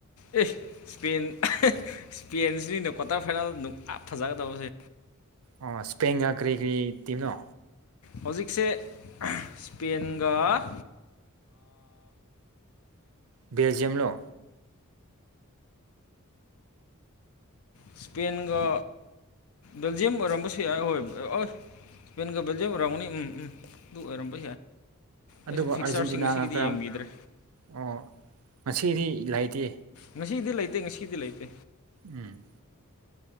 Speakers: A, on the left (about 80°); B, on the right (about 85°).
A: ꯑꯦ ꯏꯁꯄꯦꯟ ꯏꯁꯄꯦꯟꯁꯤꯅꯤꯅ ꯀ꯭ꯋꯥꯇꯔ ꯐꯥꯏꯅꯦꯜꯗ ꯐꯖꯒꯗꯕꯁꯦ
B: ꯑꯣ ꯁ꯭ꯄꯦꯟꯒ ꯀꯔꯤ ꯀꯔꯤ ꯇꯤꯝꯅꯣ
A: ꯍꯧꯖꯤꯛꯁꯦ ꯏꯁꯄꯦꯟꯒ
B: ꯕꯦꯜꯖꯤꯌ ꯂꯣ
A: ꯏꯁꯄꯦꯟꯒ ꯕꯦꯜꯖꯤꯌꯝ ꯑꯣꯏꯔꯝꯕꯁꯨ ꯌꯥꯏ ꯍꯣꯏ ꯑ <unintelligible> ꯒꯕꯦꯜꯖꯦꯔꯝꯅꯤ ꯎꯝ ꯎꯝ ꯕꯨ ꯑꯣꯏꯔꯝꯕ
B: ꯑꯗꯨꯒ
A: ꯑꯩꯁꯨ ꯐꯤꯛꯆꯥꯥꯔꯁꯤꯡꯁꯤꯒꯤꯗꯤ
B: ꯑꯥꯔꯖꯦꯟꯇꯤꯅꯥꯒ ꯀꯔꯝ
A: ꯌꯦꯡꯕꯤꯗ꯭ꯔꯦ
B: ꯑꯣ ꯉꯁꯤꯗꯤ ꯂꯩꯇꯦ
A: ꯉꯁꯤꯗꯤ ꯂꯩꯇꯦ ꯉꯁꯤꯗꯤ ꯂꯩꯇꯦ
B: ꯎꯝ